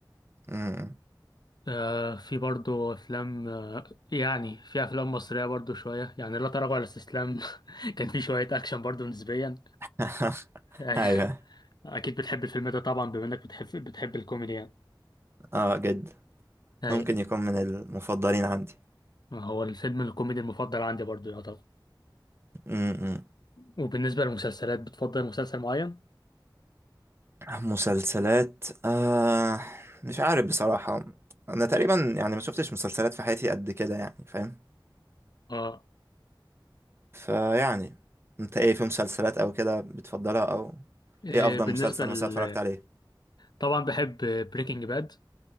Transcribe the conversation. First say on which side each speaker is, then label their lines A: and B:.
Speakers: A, on the right (about 30°); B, on the left (about 55°).
A: امم
B: آه في برضو افلام آه يعني في افلام مصريه برضو شويه يعني لا تراجع ولا استسلام <laughs> كان فيه شويه اكشن برضو نسبيا
A: <laughs>
B: أيوة.
A: ايوه
B: اكيد بتحب الفيلم ده طبعا بما انك بتحب بتحب الكوميدي يعني
A: اه جد
B: اي
A: ممكن يكون من المفضلين عندي
B: هو الفيلم الكوميدي المفضل عندي برضو يعتبر
A: امم
B: وبالنسبه للمسلسلات بتفضل مسلسل معين
A: مسلسلات آه... مش عارف بصراحه انا تقريبا يعني ما شفتش مسلسلات في حياتي قد كده يعني فاهم
B: اه
A: فيعني انت ايه في مسلسلات او كده بتفضلها او
B: إيه،
A: ايه افضل
B: بالنسبه
A: مسلسل
B: ل...
A: مثلا اتفرجت عليه
B: طبعا بحب بريكنج باد